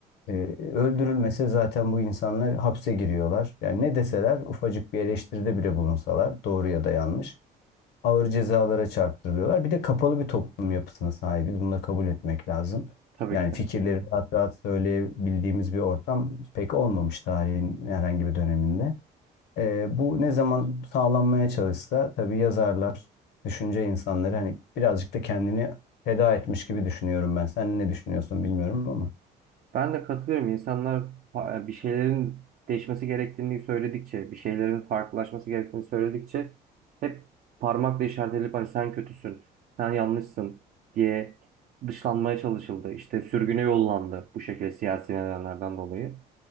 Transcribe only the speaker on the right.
tabii
ki de.
Ben de katılıyorum. İnsanlar fa- bir şeylerin değişmesi gerektiğini söyledikçe, bir şeylerin farklılaşması gerektiğini söyledikçe hep parmakla işaret edilip hani sen kötüsün, sen yanlışsın diye dışlanmaya çalışıldı. İşte sürgüne yollandı bu şekilde siyasi nedenlerden dolayı